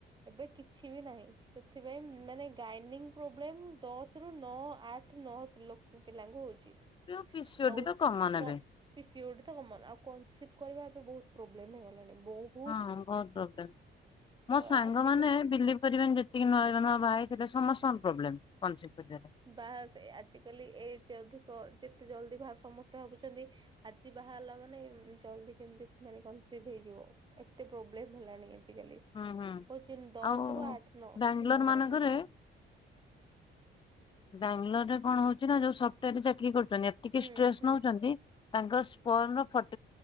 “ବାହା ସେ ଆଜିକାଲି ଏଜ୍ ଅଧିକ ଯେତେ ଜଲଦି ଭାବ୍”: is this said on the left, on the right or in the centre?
Right